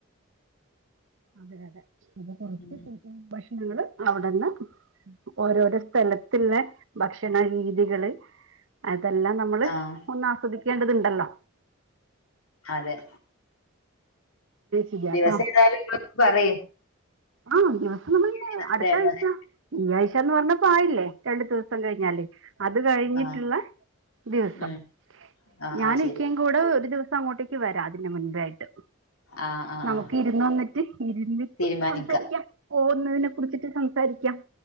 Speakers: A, on the right; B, on the left.
A: അതെ അതെ <unintelligible>
B: ഉം
A: ഭക്ഷണങ്ങൾ അവിടുന്ന് ഓരോരോ സ്‌ സ്ഥലത്ത്ന്ന് ഭക്ഷണ രീതികള് അത് തെല്ലാം നമ്മള്
B: ആഹ്
A: ഒന്നസ്വദിക്കേണ്ടതുണ്ടല്ലോ
B: അതെ
A: ചെയ്യാട്ടോ
B: ദിവസം ഏതായാലും നിങ്ങള് അപ്പൊ പറയ്
A: ആ അടുത്തെ നമ്മളിന്ന്
B: ദിവസം
A: അടുത്താഴ്ച.
B: ഏതാണ്
A: വ്യായാഴ്ച്ചാന്ന് പറഞ്ഞപ്പൊ ആയില്ലേ. രണ്ടു ദിവസം കഴിഞ്ഞാല് അത് കഴിഞ്ഞിട്ടുള്ള
B: ആഹ്
A: ദിവസം
B: ഉം ആഹ്
A: ഞാനും
B: ആഹ് ശരി
A: ഇക്കയും കൂടെ ഒരു ദിവ സങ്ങോട്ടേക് വരാ അതിനു മുന്പേ ആയിട്ട്.
B: ആഹ് ആഹ്
A: നമുക്ക്
B: ആഹ്
A: ഇരുന്നൊന്നിറ്റ് ഇരുന്നിട്ട്
B: തീരുമാനിക്കാം
A: സംസാരിക്കാം പോവുന്നതിനെ കുടിച്ചിട്ട് സംസാരിക്കാം